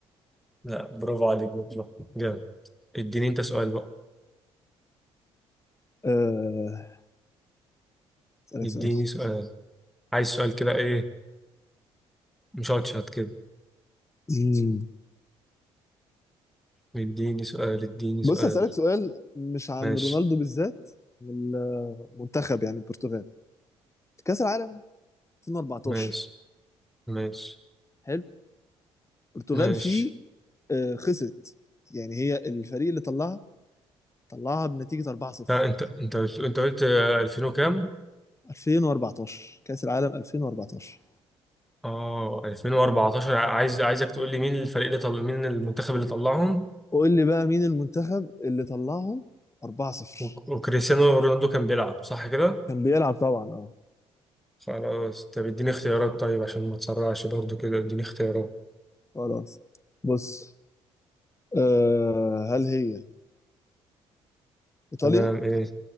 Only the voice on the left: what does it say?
آه اسألك
سؤال
مم.
بص اسألك سؤال مش عن
رونالدو بالذات من المنتخب يعني البرتغال كأس العالم 2014
حلو البرتغال
فيه آه خسرت يعني هي الفريق اللي طلعها طلعها بنتيجة 4-0
2014 كأس العالم 2014
قول لي بقى مين المنتخب اللي طلعهم 4-0
كان بيلعب طبعا اه
خلاص بص أه هل هي إيطاليا